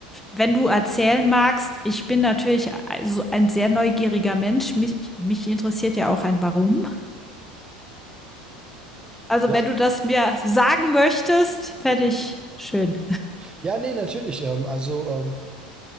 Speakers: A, in the centre; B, on the right.
A: wenn du erzählen magst, ich bin natürlich also ein sehr neugieriger Mensch. Mich mich interessiert ja auch ein Warum. Also,
B: Ja,
A: wenn du das mir sagen möchtest, fände ich schön.
B: ja, nee, natürlich. Ähm, also, ähm,